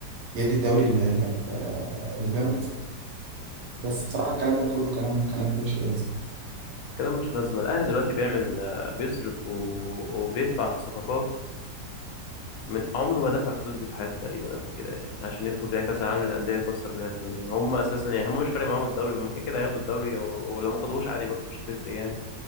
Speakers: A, on the right; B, on the left.
A: يدي الدوري ل... ل... لبيراميدز بس بصراحه الكلام ده كله كلام كلام ملوش اي لازمه
B: كلام مش لازمة الأهلي دلوقتي بيعمل آه، بيصرف و... وبيدفع في صفقات من عمره ما دفع الفلوس دي في حياته تقريبا قبل كده يعني عشان يدخل بيها كأس العالم للأندية يكسر بيها الدنيا هم أساسا يعني هم مش فارق معاهم الدوري هم كده كده هياخدوا الدوري و- ولو ما خدوهوش عادي برضه مش هتفرق يعني